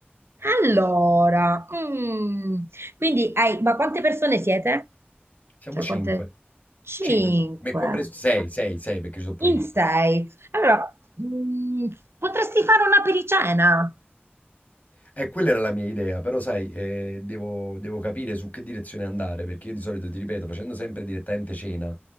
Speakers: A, on the right; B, on the left.
A: Allora, mm. Quindi hai, ma quante persone siete?
B: Siamo
A: Cioè,
B: cinque.
A: quante? Cinque.
B: Cinque, me compreso, sei, sei, sei, perché ci sono pure
A: In
B: io.
A: sei. Allora, mm, potresti fare una pericena?
B: E quella era la mia idea, però sai, eh, devo, devo capire su che direzione andare, perché io di solito, ti ripeto, facendo sempre direttamente cena,